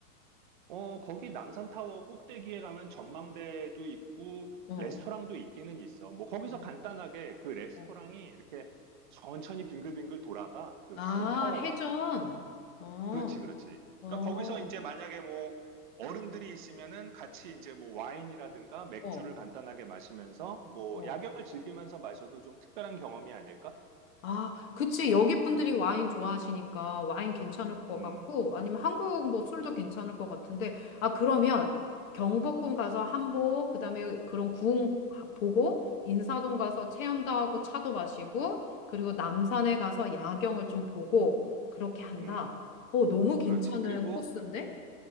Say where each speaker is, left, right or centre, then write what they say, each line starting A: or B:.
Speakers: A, on the right (about 30°); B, on the left (about 55°).
A: 어, 거기 남산타워 꼭대기에 가면 전망대도 있고
B: 어,
A: 레스토랑도 있기는 있어. 뭐 거기서
B: 어,
A: 간단하게 그 레스토랑이
B: 어.
A: 이렇게 천천히 빙글빙글 돌아가. 그
B: 아,
A: 큰 타워가.
B: 해전. 어,
A: 그렇지, 그렇지.
B: 어,
A: 그러니까 거기서 이제 만약에 뭐 어른들이 있으면은 같이 이제 뭐 와인이라든가 맥주를
B: 어,
A: 간단하게 마시면서 뭐
B: 어.
A: 야경을 즐기면서 마셔도 좀 특별한 경험이 아닐까?
B: 아, 그치. 여기 분들이 와인 좋아하시니까 와인 괜찮을 것
A: 음,
B: 같고, 아니면 한국 뭐 술도 괜찮을 것 같은데, 아, 그러면 경복궁 가서 한복, 그다음에 그런 궁 보고, 인사동 가서 체험도 하고 차도 마시고, 그리고 남산에 가서 야경을 좀 보고, 그렇게 한다.
A: 음,
B: 어, 너무 괜찮은
A: 그렇지. 그리고
B: 코스인데?